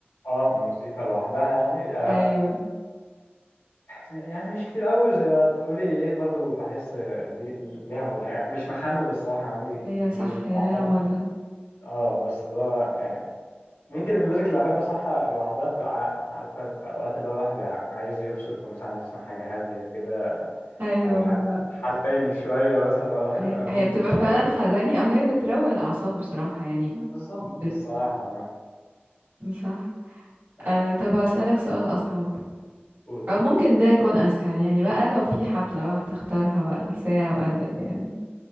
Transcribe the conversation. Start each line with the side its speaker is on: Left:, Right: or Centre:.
Left: اه موسيقى لوحدها يعني آه
Right: ايوه
Left: يعني مش كتير قوي زي ما تقولي ايه برضو بحس لي- ليها مودها يعني مش محمل الصراحة عندي
Right: هي صح
Left: ميوزك
Right: هي
Left: لوحدها
Right: ليها مودها
Left: اه بس اللي هو يعني ممكن الميوزك اللي احب اسمعها لوحدها بتبقى ع- عارفة في اوقات اللي هو الواحد بيبقى عايز يفصل فمثلا عايز يسمع حاجة هادية كده
Right: ايوه
Left: او حاجة
Right: بالظبط
Left: حزيني شوية مثلا ما الواحد
Right: هي
Left: يبقى
Right: هي
Left: موده
Right: بتبقى
Left: مش
Right: فعلا
Left: حلو
Right: حزاني او هي بتروق الاعصاب بصراحة يعني
Left: بالظبط
Right: بت...
Left: الصراحة
Right: صح
Left: آه،
Right: آه طب هسألك سؤال اصعب
Left: قولي
Right: او ممكن ده يكون اسهل يعني بقى لو في حفلة بقى تختارها بقى لساعة وأدل يعني